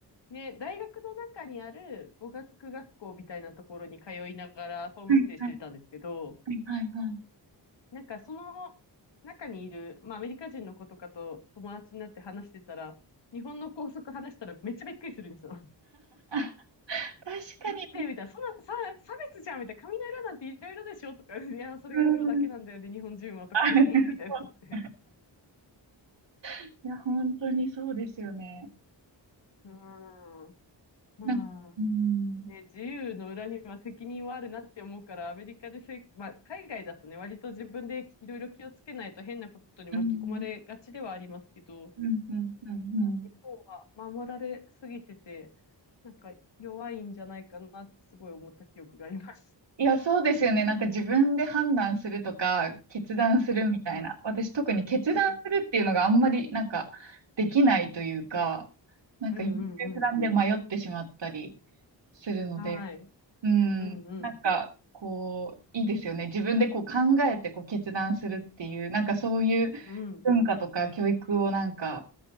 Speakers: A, on the left (about 70°); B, on the right (about 75°).
A: ね、大学の中にある語学学校みたいなところに通いながらホームステイしてたんですけど、
B: はい、はい、はい、はい。はい
A: なんかその中にいる、まあアメリカ人の子とかと友達になって話してたら、日本の校則話したらめっちゃびっくりするんですよ。<laughs>
B: <laughs> 確かに。
A: だって、みたいな、そんなさ差別じゃんみたいな、髪の色なんていろいろでしょとか、いや、それが黒だけなんだよね、
B: うん。
A: 日本人はとかで、
B: <laughs>
A: えーみたいになって。
B: いや、本当にそうですよね。
A: うーん。まあ、
B: なんか、うん。
A: ね、自由の裏には責任はあるなって思うから、アメリカでせ、まあ、海外だとね、割と自分でいろいろ気をつけないと変なことに巻き込まれがちではありますけど、
B: うん、うん、うん、うん。うん
A: 日本は守られすぎてて、なんか弱いんじゃないかなってすごい思った記憶があります。
B: いや、そうですよね。なんか自分で判断するとか、決断するみたいな。
A: うん、うん、
B: 私特に決断するっていうのがあんまりなんかできないというか、
A: うん、
B: なんか優柔不断で迷ってしまったり
A: うん、うん、うん
B: するので、
A: はい、
B: うん、
A: うん、うん、
B: なんかこう、いいですよね。自分でこう考えてこう決断するっていう、なんかそういう
A: うん。
B: 文化とか教育をなんか